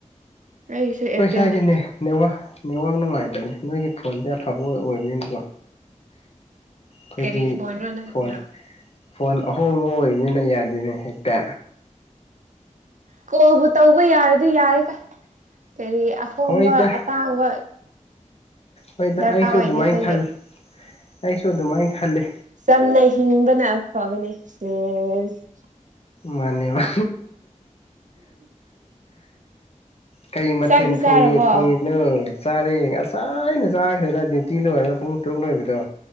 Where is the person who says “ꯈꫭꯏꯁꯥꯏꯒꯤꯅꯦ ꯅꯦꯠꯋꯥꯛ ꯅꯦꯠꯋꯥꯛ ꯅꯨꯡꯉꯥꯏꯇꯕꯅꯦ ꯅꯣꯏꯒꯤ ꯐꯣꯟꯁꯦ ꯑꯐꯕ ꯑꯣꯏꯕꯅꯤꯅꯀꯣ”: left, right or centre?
Left